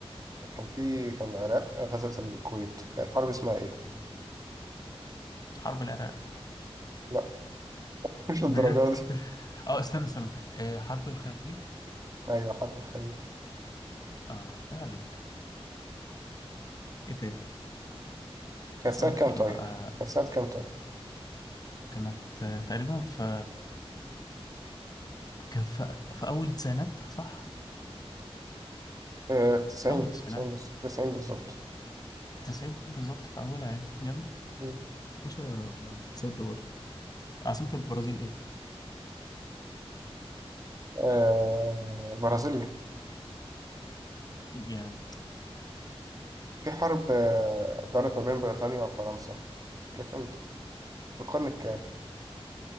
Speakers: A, on the right; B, on the left.
A: ال- كان في كان العراق غزت الكويت كانت الحرب اسمها إيه؟
B: حرب العراق
A: لا <laughs> مش للدرجة
B: بجد
A: دي
B: <laughs> اه استنى استنى آه حرب الخليج
A: أيوه حرب الخليج
B: اه يا عليك ايه تاني
A: كانت
B: اسالك
A: سنة كام
B: في ايه
A: طيب؟
B: بقى
A: كانت سنة كام طيب؟
B: كانت آه، تقريبا في كان في في أول التسعينات صح؟
A: آه، 90
B: أول التسعينات
A: 90 بز- 90 بالظبط
B: تسعين بالظبط في أولها يعني جامد
A: مم.
B: باشا تصدق برضه عاصمة البرازيل إيه؟
A: آه، برازيليا
B: جامد
A: في حرب آه، دارت ما بين بريطانيا وفرنسا كانت امتى؟ في القرن الكام؟